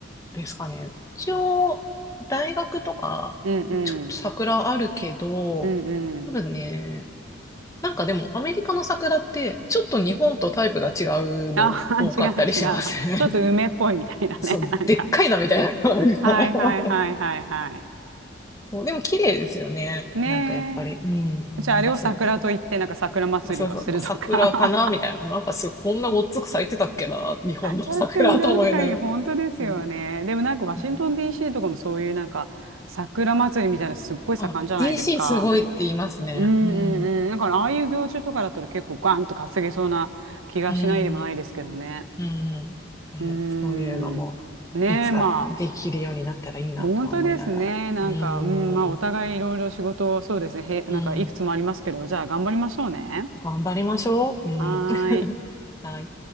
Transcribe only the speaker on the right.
うんうん。
うんうん。
あ <laughs> 違う違う。ちょっと梅っぽいみたいなね。
なんか。
はいはいはいはいはい。
ね
え。じゃあ、あれを桜と言って、なんか桜祭りをするとか。
<laughs>
確かに確かに、本当ですよね。
でもなんかワシントン
DC とかもそういうなんか桜祭りみたいなのすっごい盛んじゃないですか。
うんうんうん。
だからああいう行事とかだと結構ガンと稼げそうな気がしないでもないですけどね。
うー
ん。ねえ、
まあ、本当ですね。なんか、
うん、まあ、お互いいろいろ仕事、そうですね。へ、なんか、
いくつもありますけど、じゃあ頑張りましょうね。
はーい。